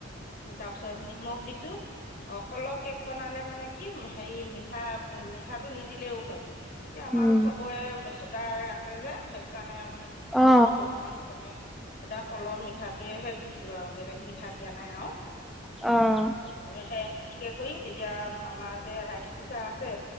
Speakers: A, on the left (about 50°); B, in the centre.
A: তাৰপিছত নিমখ দিছো। অকলৰ কেক বনালে মানে কি হেৰি মিঠা মিঠাটো নিদিলেও হয়। এতিয়া আমাৰ
B: উম।
A: চবৰে চুগাৰ আছে যে সেইটো কাৰণে আমি। ঠা
B: অ',
A: খাব নোৱাৰো সেইকাৰণে। সুদা কলৰ মিঠটোয়েহে দিছো আৰু বেলেগ মিঠা দিয়া নাই আৰু।
B: অ'।
A: সে কৰি তেতিয়া আমাৰ যে ৰাইচ কু কুকাৰ আছে